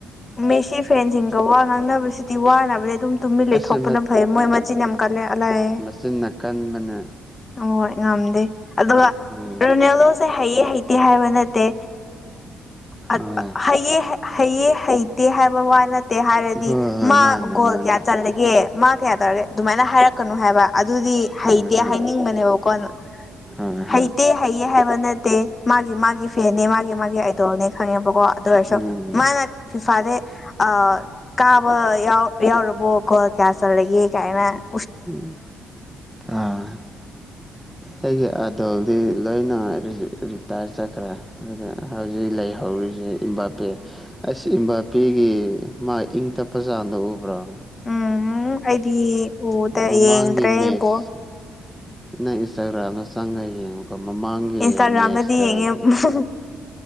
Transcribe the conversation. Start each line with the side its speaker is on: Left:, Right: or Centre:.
Left: ꯃꯦꯁꯤ ꯐ꯭ꯔꯦꯟꯁꯤꯡꯒ ꯋꯥ ꯉꯥꯡꯅꯕꯁꯤꯗꯤ ꯋꯥꯅꯕꯅꯤ ꯑꯗꯨꯝ ꯇꯨꯝꯃꯤꯟ ꯂꯩꯊꯣꯛꯄꯅ
Centre: ꯑꯁ
Left: ꯐꯩꯌꯦ ꯃꯣꯏ ꯃꯆꯤꯟ ꯌꯥꯝ ꯀꯜꯂꯦ ꯑꯂꯥꯏꯑꯦ
Centre: ꯆꯤꯟꯅ ꯀꯟꯕꯅ
Left: ꯍꯣꯏ ꯉꯝꯗꯦ ꯑꯗꯨꯒ
Centre: ꯎꯝ
Left: ꯔꯣꯅꯥꯜꯗꯣ ꯍꯩꯌꯦ ꯍꯩꯇꯦ ꯍꯥꯏꯕ ꯅꯠꯇꯦ ꯑ
Centre: ꯍꯣꯏ
Left: ꯍꯩꯌꯦ ꯍꯩꯌꯦ ꯍꯩꯇꯦ ꯍꯥꯏꯕ ꯋꯥ ꯅꯠꯇꯦ ꯍꯥꯏꯔꯗꯤ
Centre: ꯍꯣꯏ ꯍꯣꯏ
Left: ꯃꯥ
Centre: ꯃꯥꯅꯦ ꯃꯥꯅꯦ
Left: ꯒꯣꯜ ꯀꯌꯥ ꯆꯜꯂꯒꯦ ꯃꯥ ꯀꯌꯥ ꯇꯧꯔꯒꯦ ꯑꯗꯨꯃꯥꯏꯅ ꯍꯥꯏꯔꯛꯀꯅꯨ ꯍꯥꯏꯕ ꯑꯗꯨꯗꯤ ꯍꯩꯇꯦ
Centre: ꯍꯣꯏ ꯍꯥ
Left: ꯍꯥꯏꯅꯤꯡꯕꯅꯦꯕꯀꯣꯅ
Centre: <unintelligible>
Left: ꯍꯩꯇꯦ ꯍꯩꯌꯦ ꯍꯥꯏꯕ ꯅꯠꯇꯦ ꯃꯥꯒꯤ ꯃꯥꯒꯤ ꯐꯦꯅꯤ ꯃꯥꯒꯤ ꯃꯥꯒꯤ ꯑꯥꯏꯗꯣꯜꯅꯦ ꯈꯪꯉꯦꯕꯀꯣ ꯑꯗꯨ ꯑꯣꯏꯔꯁꯨ
Centre: ꯎꯝ
Left: ꯃꯥꯅ ꯐꯤꯐꯥꯗꯦ ꯑ ꯀꯥꯕ ꯌꯥꯎ ꯌꯥꯎꯔꯕꯣ ꯒꯣꯜ ꯀꯌꯥ ꯆꯜꯂꯒꯦ ꯀꯥꯏꯅ ꯃꯥꯅ
Centre: ꯎꯝ ꯑꯥ ꯑꯩꯒꯤ ꯑꯥꯏꯗꫭꯜꯗꯤ ꯂꯣꯏꯅ ꯔꯤꯇꯥꯔ ꯆꯠꯈ꯭ꯔꯦ ꯑꯗꯨꯒ ꯍꯧꯖꯤꯛ ꯂꯩꯍꯧꯔꯤꯁꯦ ꯏꯝꯕꯥꯄꯦ ꯑꯁ ꯏꯝꯕꯥꯄꯦꯒꯤ ꯃꯥꯏ ꯏꯪ ꯇꯞꯄ ꯆꯥꯡꯗꫭ ꯎꯕ꯭ꯔꫭ
Left: ꯎꯝ ꯑꯩꯗꯤ ꯎꯗꯦ
Centre: ꯃꯃꯥꯡꯒꯤ
Left: ꯌꯦꯡꯗ꯭ꯔꯦ
Centre: ꯃꯦꯠꯆ
Left: ꯑꯩ ꯕꯣꯜ
Centre: ꯅꯪ ꯏꯟꯁꯇꯥꯒ꯭ꯔꯥꯝꯗꫭ ꯆꯪꯉꯥ ꯌꯦꯡꯉꯨꯀꫭ ꯃꯃꯥꯡꯒꯤ
Left: ꯏꯟꯁꯇꯥꯒ꯭ꯔꯥꯝꯗꯗꯤ
Centre: ꯃꯦꯁꯇ
Left: <unintelligible>